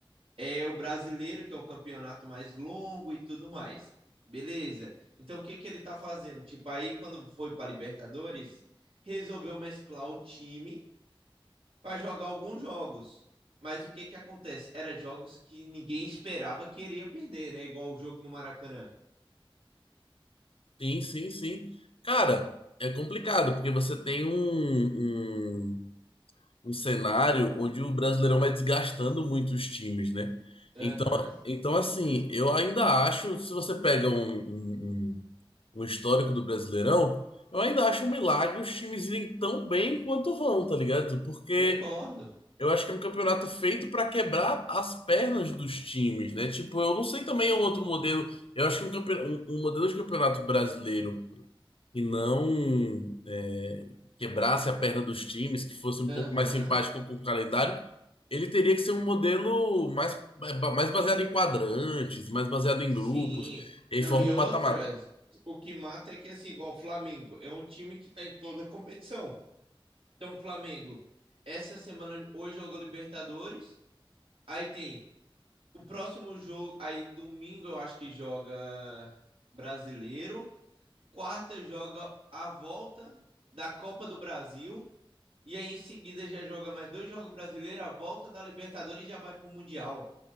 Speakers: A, on the right (about 85°); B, on the left (about 80°).
A: é o brasileiro, que é o campeonato mais longo e tudo mais. Beleza. Então, o que que ele tá fazendo? Tipo, aí quando foi para Libertadores, resolveu mesclar o time para jogar alguns jogos. Mas o que que acontece? Era jogos que ninguém esperava que iria perder, né? Igual o jogo no Maracanã.
B: Sim, sim, sim. Cara, é complicado, porque você tem um, um um cenário onde o Brasileirão vai desgastando muito os times, né?
A: Aham,
B: Então, então assim, eu ainda acho, se você pega um, um, um- um histórico do Brasileirão, eu ainda acho um milagre os times irem tão bem quanto vão, tá ligado? Porque
A: concordo.
B: eu acho que é um campeonato feito para quebrar as pernas dos times, né? Tipo, eu não sei também um outro modelo. Eu acho que um, campe- um um modelo de campeonato brasileiro e não é, quebrasse a perna dos times, que fosse um
A: Aham,
B: pouco mais simpático com o calendário, ele teria que ser um modelo mais, mais baseado em quadrantes, mais baseado em
A: sim.
B: grupos, e
A: Não,
B: aí forma
A: e outra,
B: um mata-mata.
A: o que mata é que, assim, igual o Flamengo, é um time que tá em toda competição. Então, Flamengo, essa semana hoje jogou Libertadores. Aí tem o próximo jogo. Aí domingo eu acho que joga brasileiro. Quarta joga a volta da Copa do Brasil. E aí em seguida já joga mais dois jogos brasileiros, a volta da Libertadores e já vai pro Mundial.